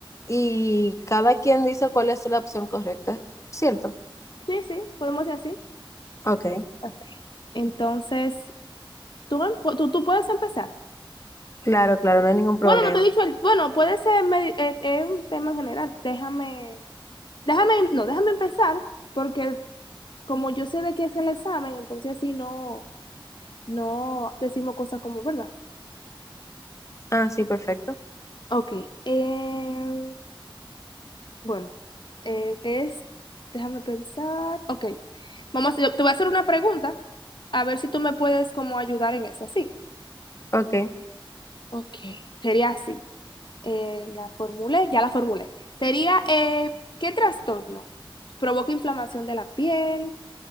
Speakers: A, on the left (about 35°); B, on the left (about 60°).
A: y cada quien dice cuál es la opción correcta, ¿cierto?
B: Sí, sí, podemos hacer así.
A: Ok,
B: Ok. Entonces, Tú, em- tú, tú puedes empezar.
A: claro, claro, no hay ningún problema.
B: Bueno, no te he dicho el- bueno, puede ser, medi- eh, es un tema en general. Déjame, déjame, no, déjame empezar, porque como yo sé de qué es el examen, entonces así no, no decimos cosas como verdad.
A: Ah, sí, perfecto.
B: Ok, eh, bueno, eh, es, déjame pensar. Ok, vamos, a- te voy a hacer una pregunta, a ver si tú me puedes como ayudar en esa, sí.
A: Ok,
B: Ok, sería así. eh, la formulé, ya la formulé. Sería, eh, ¿qué trastorno? Provoca inflamación de la piel,